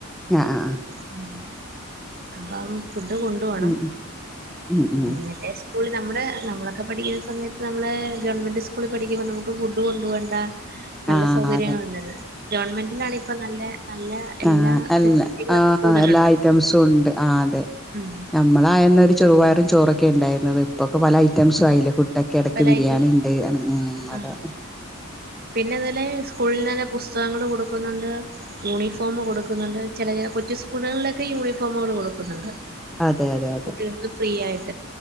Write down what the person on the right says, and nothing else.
ഉം അപ്പം ഫുഡ് കൊണ്ട് പോണം
മറ്റേ സ്കൂളിൽ നമ്മുടെ നമ്മളൊക്കെ പഠിക്കുന്ന സമയത്ത് നമ്മളെ ഗവൺമെന്റ് സ്കൂളിൽ പഠിക്കുമ്പോ നമുക്ക് ഫുഡ് കൊു പോവണ്ട നല്ല
സൗകര്യങ്ങള
ഉണ്ട്ത് ഗവൺമെന്റിനാണ് ഇപ്പോ നല്ല നല്ല എല്ലാ
ഫെസിലിറ്റികളൊക്കെ
കൂടുതലുണ്ട്
ഉം
പല
ഐറ്റംസ്
ആ
പിന്നെ ഇതുലെ സ്കൂളിൽ തന്നെ പുസ്തകങ്ങൾ കൊടുക്കുന്നുണ്ട് യൂണിഫോം കൊടുക്കുന്നുണ്ട് ചില ചില കൊച്ചു സ്കൂളുകളിലൊക്കെ യൂണിഫോമുകൾ കൊടുക്കുന്നുണ്ട്
കുട്ടികൾക്ക് ഫ്രീ ആയിട്ട്